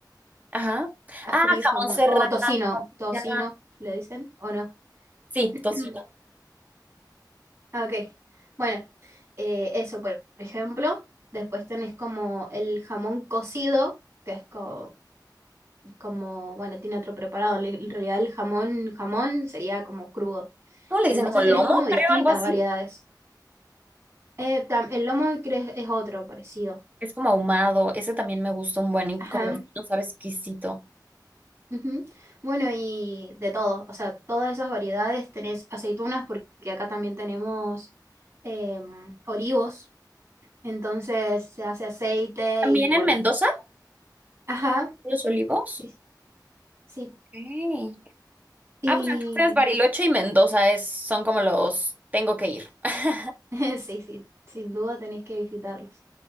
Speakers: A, on the right (about 20°); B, on the right (about 40°).
A: ajá.
B: ¿Has
A: Ah,
B: comido
A: jamón
B: jamón?
A: serrano,
B: O tocino, tocino,
A: ya.
B: le dicen, ¿o no?
A: Sí,
B: <clears throat>
A: tocino.
B: Ah, Ok, bueno, eh, eso por ejemplo. Después tenés como el jamón cocido, que es como, como, bueno, tiene otro preparado. Le- En realidad el jamón, jamón sería como crudo.
A: ¿Cómo le
B: Entonces
A: dicen? Como lomo,
B: tenés como distintas
A: creo, algo así.
B: variedades. Eh, tam- el lomo cre- es otro parecido.
A: Es como ahumado, ese también me gusta un buen y
B: Ajá.
A: con los pinos sabe exquisito.
B: ujú. Bueno, y de todo, o sea, todas esas variedades tenés aceitunas porque acá también tenemos em, olivos, entonces se hace aceite
A: ¿También
B: y
A: en
B: bueno,
A: Mendoza?
B: ajá,
A: ¿Los olivos?
B: sí, sí,
A: Ok.
B: y
A: Ah, pues entonces Bariloche y Mendoza es, son como los tengo que ir. <laughs>
B: <laughs> sí, sí, sin duda tenés que visitarlos.